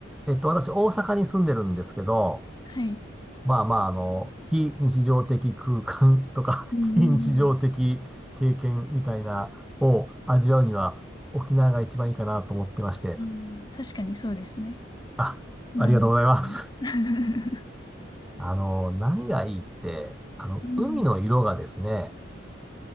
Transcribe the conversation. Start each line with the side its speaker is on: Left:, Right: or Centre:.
Centre: えっと、私大阪に住んでるんですけど、
Left: はい。
Centre: まあまあ、あの、非日常的空間とか
Left: うん、
Centre: <laughs> 非日常的経験みたいなを味わうには沖縄が一番いいかなと思ってまして。
Left: うん、うん確かにそうですね。
Centre: あ、
Left: 南国感が。
Centre: ありがとうございます。
Left: <laughs>
Centre: <laughs> あの、何がいいって、あの、
Left: うん、
Centre: 海の色がですね、